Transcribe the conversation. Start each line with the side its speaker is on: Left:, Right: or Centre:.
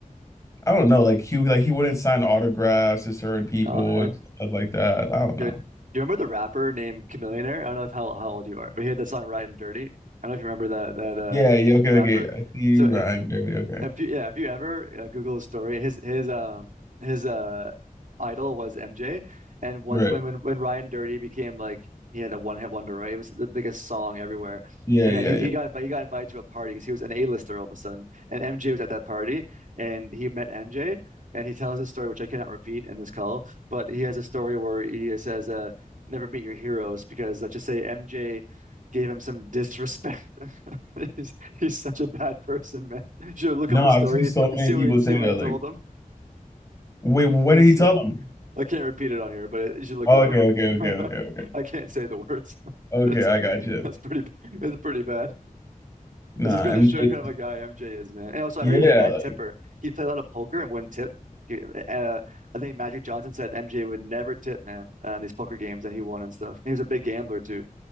Left: I don't know. Like he like he wouldn't sign autographs to certain people
Right: Nah, man.
Left: and stuff like that. I don't
Right: Dude,
Left: know.
Right: do you remember the rapper named Chamillionaire? I don't know if how, how old you are, but he had that song "Riding Dirty. I don't know if you remember that that uh
Left: Yeah, yeah, okay,
Right: rapper.
Left: okay. I see you,
Right: So uh,
Left: Ryan Dirty. Okay.
Right: if you yeah, if you ever uh, Google his story, his his um his uh idol was MJ, and when
Left: Right.
Right: when when when Ryan Dirty became like he had a one hit wonder, right? It was the biggest song everywhere,
Left: Yeah,
Right: and
Left: yeah,
Right: then he
Left: yeah.
Right: he got invited he got invited to a party. So he was an A-lister all of a sudden, and MJ was at that party, and he met MJ, and he tells his story, which I cannot repeat in this call, but he has a story where he says, "Uh, never meet your heroes," because let's just say MJ. Gave him some disrespect. <laughs> He's he's such a bad person, <laughs> You should look
Left: No,
Right: up the
Left: I've
Right: story
Left: seen so
Right: and
Left: many
Right: see
Left: people
Right: what he, see
Left: say
Right: what
Left: that.
Right: he told
Left: Like,
Right: them.
Left: wait, what
Right: It's,
Left: did he tell
Right: uh,
Left: them?
Right: I can't repeat it on here, but it, you should look
Left: Oh,
Right: it up.
Left: okay, okay, okay, okay, okay.
Right: <laughs> I can't say the words, <laughs>
Left: Okay,
Right: but it's
Left: I got you.
Right: that's pretty it's pretty bad.
Left: Nah,
Right: It just goes
Left: MJ.
Right: to show you kind of a guy MJ is, man. And also,
Left: Yeah,
Right: I heard he was a bad
Left: like,
Right: tipper. He played a lot of poker and wouldn't tip. He, uh, I think Magic Johnson said MJ would never tip, man, on these poker games that he won and stuff. And he was a big gambler too.